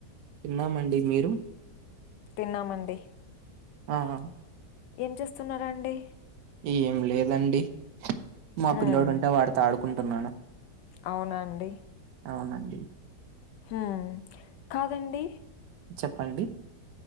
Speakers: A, on the right; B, on the left.
A: తిన్నామండి మీరు
B: తిన్నామండి
A: ఆహా
B: ఏం చేస్తున్నారండి
A: ఏం లేదండి మా
B: హ్మ్
A: పిల్లోడు ఉంటే వాడిత ఆడుకుంటున్నాను
B: అవునండి
A: అవునండి
B: హమ్ కాదండి
A: చెప్పండి